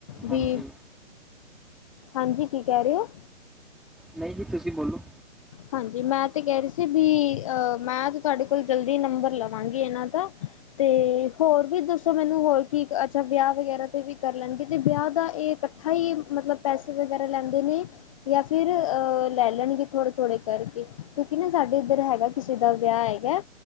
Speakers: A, in the centre; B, on the left.
A: ਹਾਂਜੀ
B: ਵੀ ਹਾਂਜੀ ਕੀ ਕਹਿ ਰਹੇ ਹੋ
A: ਨਹੀਂ ਜੀ ਤੁਸੀਂ ਬੋਲੋ
B: ਹਾਂਜੀ ਮੈਂ ਤੇ ਕਹਿ ਰਹੀ ਸੀ ਵੀ ਅਹ ਮੈਂ ਤਾਂ ਤੁਹਾਡੇ ਕੋਲ ਜਲਦੀ ਨੰਬਰ ਲਵਾਂਗੀ ਇਹਨਾਂ ਦਾ ਤੇ ਹੋਰ ਵੀ ਦੱਸੋ ਮੈਨੂੰ ਹੋਰ ਕੀ ਅੱਛਾ ਵਿਆਹ ਵਗੈਰਾ ਤੇ ਵੀ ਕਰ ਲੈਣਗੇ ਤੇ ਵਿਆਹ ਦਾ ਇਹ ਹੀ ਮਤਲਬ ਪੈਸੇ ਵਗੈਰਾ ਲੈਂਦੇ ਨੇ ਜਾਂ ਫਿਰ ਅਹ ਲੈ ਲੈਣਗੇ ਥੋੜੇ ਤੋੜੇ ਕਰਕੇ ਕਿਉਂਕਿ ਨਾ ਸਾਡੇ ਇੱਧਰ ਹੈਗਾ ਕਿਸੇ ਦਾ ਵਿਆਹ ਹੈਗਾ